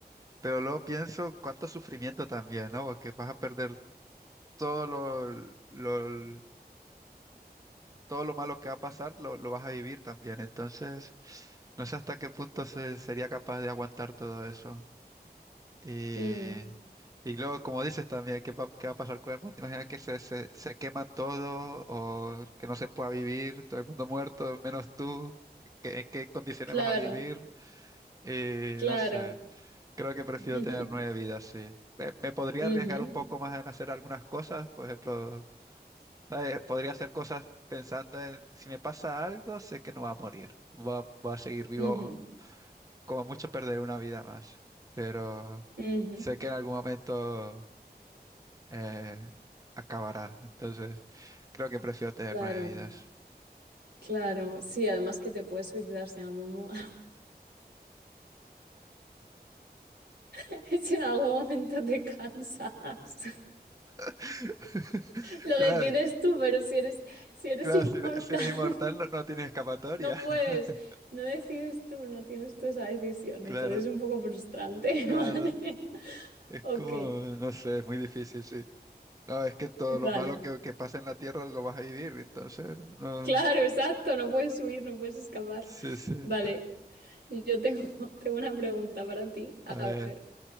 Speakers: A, on the right (about 20°); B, on the right (about 80°).
A: pero luego pienso cuánto sufrimiento también, ¿no? Porque vas a perder todo lo, lo- todo lo malo que va a pasar, lo, lo vas a vivir también. Entonces, no sé hasta qué punto se, sería capaz de aguantar todo eso. Y,
B: Mm,
A: y luego, como dices también, ¿qué va, qué va a pasar con el mundo? Imagina que se, se, se quema todo o que no se pueda vivir, todo el mundo muerto, menos tú. ¿Qué- ¿En qué condiciones
B: claro,
A: vas a vivir? Y
B: claro.
A: no sé, creo que prefiero
B: <laughs>
A: tener nueve vidas, sí. Me, me podría
B: Ujú,
A: arriesgar un poco más en hacer algunas cosas, por ejemplo, ¿sabes? Podría hacer cosas pensando en si me pasa algo, sé que no va a morir, va, va a seguir vivo,
B: ujú,
A: como mucho perder una vida más. Pero
B: ujú.
A: sé que en algún momento eh, acabará. Entonces, creo que prefiero tener
B: Claro,
A: nueve vidas.
B: claro. Sí, además que te puedes suicidar si en algún, mo- <laughs> si en algún momento te cansas. <laughs>
A: <laughs>
B: Lo
A: Claro,
B: decides tú, pero si eres, si eres
A: claro,
B: inmortal,
A: si eres, si eres
B: <laughs>
A: inmortal no, no tienes escapatoria.
B: no puedes,
A: <laughs>
B: no decides tú, no tienes tú esa decisión.
A: Claro,
B: Entonces es un poco frustrante,
A: claro.
B: <laughs> ¿vale?
A: Es
B: Ok,
A: como, no sé, es muy difícil, sí. No, es que todo
B: vale.
A: lo malo que, que pasa en la Tierra lo vas a vivir, entonces, no.
B: Claro, exacto, no puedes huir, no puedes escapar.
A: Sí, sí.
B: Vale, yo tengo, <laughs> tengo una pregunta para ti. A
A: A ver.
B: ver.